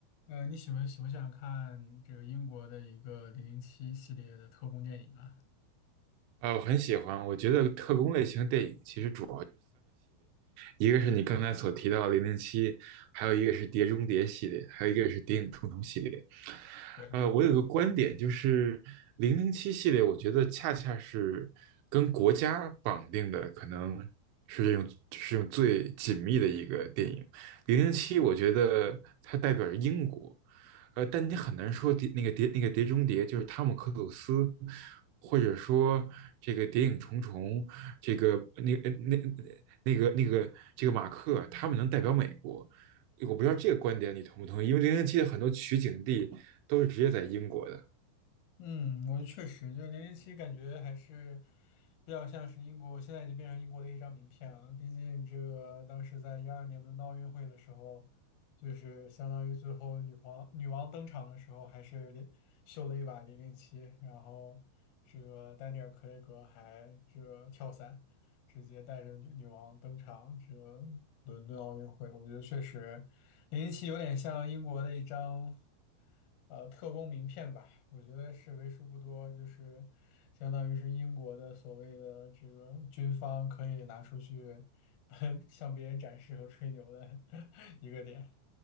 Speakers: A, on the left; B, on the right.
A: 呃，你喜欢喜不喜欢看这个英国的一个《零零七》系列的特工电影啊？
B: 啊，我很喜欢，我觉得特工类型的电影其实主一个是你刚才所提到的《零零七》，还有一个是《碟中谍》系列，还有一个是《谍影重重》系列。
A: 对，
B: 呃，我有个观点，就是零零七系列，我觉得恰恰是跟国家绑定的，可能是这种是用最紧密的一个电影。零零七，我觉得它代表着英国，呃，但你很难说碟那个碟那个碟中谍就是汤姆克鲁斯，或者说这个谍影重重，这个那个那那个那个这个马克，他们能代表美国。我不知道这个观点你同不同意，因为零零七的很多取景地都是直接在英国的。
A: 嗯，我确实就是零零七，感觉还是比较像是英国，现在已经变成英国的一张名片了。毕竟这个当时在一二年伦敦奥运会的时候，就是相当于最后女皇女王登场的时候，还是连秀了一把零零七，然后这个丹尼尔·克雷格还这个跳伞。直接带着女女王登场这个伦敦奥运会，我觉得确实零零七有点像英国的一张呃特工名片吧，我觉得是为数不多，就是相当于是英国的所谓的这个军方可以拿出去 <laughs> 向别人展示和吹牛的 <laughs> 一个点。